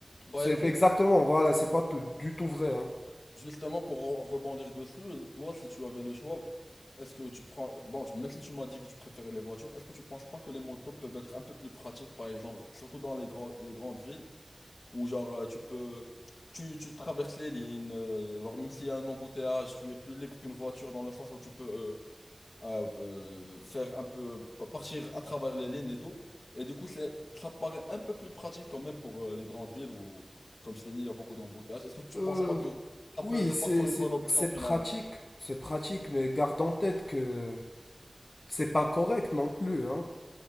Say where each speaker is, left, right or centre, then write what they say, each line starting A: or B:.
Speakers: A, on the left; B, on the left.
A: Bah
B: c'est
A: écoute,
B: exactement, voilà, c'est pas tout- du tout vrai, hein.
A: Justement, pour re- rebondir dessus, toi, si tu avais le choix, est-ce que tu prends... Bon, tu- même si tu m'as dit que tu préférais les voitures, est-ce que tu penses pas que les motos peuvent être un peu plus pratiques, par exemple, surtout dans les, gros- les grandes villes, où genre euh, tu peux... Tu, tu traverses les lignes, euh, alors même s'il y a un embouteillage, tu es plus libre qu'une voiture dans le sens où tu peux euh, à euh, faire un peu pa- partir à travers les lignes et tout. Et du coup, c'est, ça paraît un peu plus pratique quand même pour euh, les grandes villes où, comme je t'ai dit, il y a beaucoup d'embouteillages. Est-ce que tu
B: Euh,
A: penses pas que ça
B: Oui,
A: peut être
B: c'est
A: parfois
B: c'est-
A: une bonne option
B: c'est
A: finalement?
B: pratique, c'est pratique, mais garde en tête que c'est pas correct non plus, hein.